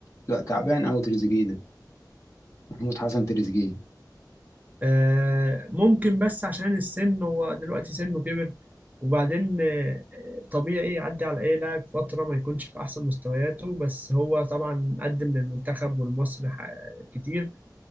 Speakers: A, on the left; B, on the right.
A: لا، تعبان قوي تريزيجيه ده محمود حسن تريزيجيه
B: آه، ممكن بس عشان السن هو دلوقتي سنه كبر وبعدين آه، طبيعي يعدي على اي لاعب فتره ما يكونش في احسن مستوياته بس هو طبعا قدم للمنتخب والمصري ح- كتير